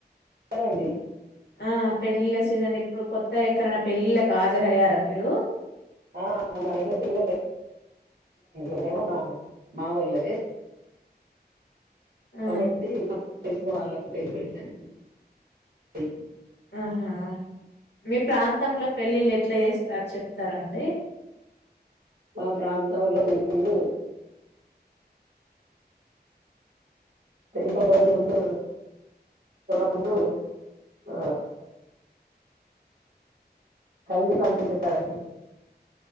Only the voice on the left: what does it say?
ఆ పెళ్లిళ్ల సీజన్ ఇప్పుడు కొత్త ఎక్కరన పెళ్లిళ్లకు హాజరయ్యారా మీరు
ఆ!
ఆహా మీ ప్రాంతంలో పెళ్ళిళ్ళు ఎట్లా చేస్తారు చెప్తారండి